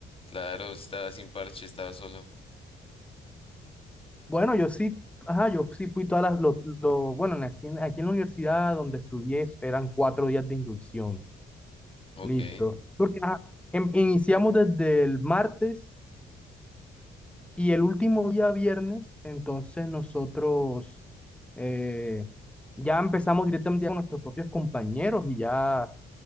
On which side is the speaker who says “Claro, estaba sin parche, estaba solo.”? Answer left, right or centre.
Left